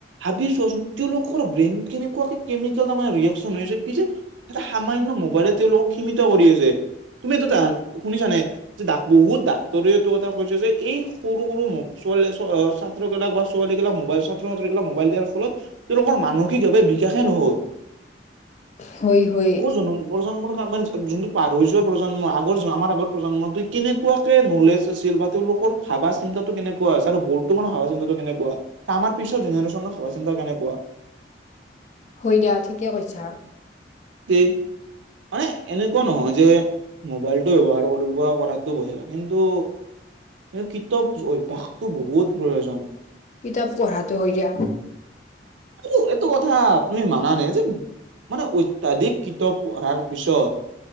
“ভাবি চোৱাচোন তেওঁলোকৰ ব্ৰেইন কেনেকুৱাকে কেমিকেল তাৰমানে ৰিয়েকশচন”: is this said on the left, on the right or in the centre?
Right